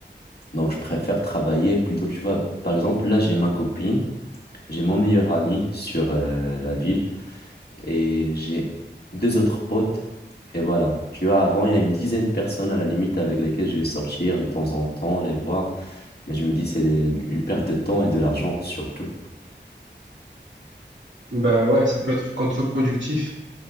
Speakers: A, on the left (about 60°); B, on the right (about 80°).
A: Donc, je préfère travailler plutôt, tu vois. Par exemple, là, j'ai ma copine, j'ai mon meilleur ami sur euh, la ville et j'ai deux autres potes. Et voilà. Tu vois, avant, il y a une dizaine de personnes à la limite avec lesquelles je vais sortir de temps en temps, les voir. Mais je me dis, c'est une perte de temps et de l'argent surtout.
B: Ben ouais, ça peut être contre-productif.